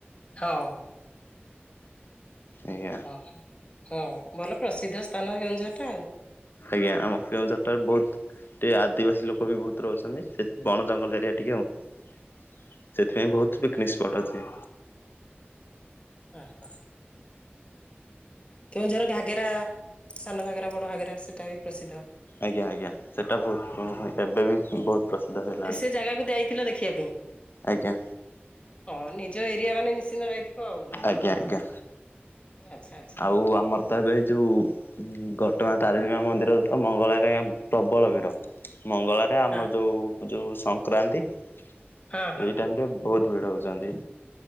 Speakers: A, on the left (about 30°); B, on the left (about 60°).
A: ହଁ।
B: ଆଜ୍ଞା।
A: ହଁ ହଁ ଭଲ ପ୍ରସିଦ୍ଧ ସ୍ଥାନ କେଉଁଝର ଟା ଆଉ।
B: ଆଜ୍ଞା ଆମ କେଉଁଝର ଟା ବୋଉତୁ ଟିକେ ଆଦିବାସୀ ଲୋକ ବି ବହୁତ ରହୁଛନ୍ତି ସେ ବଣ ଜଙ୍ଗଲ ଏରିଆ ଟିକେ ଆଉ। ସେଥିପାଇଁ ବହୁତ ପିକନିକ ସ୍ପଟ ଅଛି।
A: ହଁ ହଁ। କେଉଁଝର ଘାଗେରା ସାନ ଘାଗେରା ବଡ ଘଘେରା ସେଟା ବି ପ୍ରସିଦ୍ଧ।
B: ଆଜ୍ଞା ଆଜ୍ଞା ସେଟା ବହୁତ କା ଏବେ ବି ବହୁତ ପ୍ରସିଦ୍ଧ ହେଲାଣି
A: ସେ ଜାଗାକୁ ଯାଇଥିଲ ଦେଖିବା ପାଇଁ
B: ଆଜ୍ଞା
A: ହଁ ନିଜ ଏରିଆ ମାନେ ଦିନ ଯାଇଥିବ ଆଉ
B: ଆଜ୍ଞା ଆଜ୍ଞା
A: ଆଚ୍ଛା ଆଚ୍ଛା।
B: ଆଉ ଆମର ତ ଏବେ ଏଇ ଯୋଉଁ ଘଟଗାଁ ତାରିଣୀ ମା ମନ୍ଦିରରେ ତ ମଙ୍ଗଳବାରେ ପ୍ରବଳ ଭିଡ। ମଙ୍ଗଳାରେ ଆମର
A: ହଁ
B: ଯୋଉଁ ଯୋଉଁ ସଂକ୍ରାନ୍ତି ଏଇ
A: ହଁ ହଁ
B: ଟାଇମରେ ବହୁତ ଭିଡ ହଉଛନ୍ତି।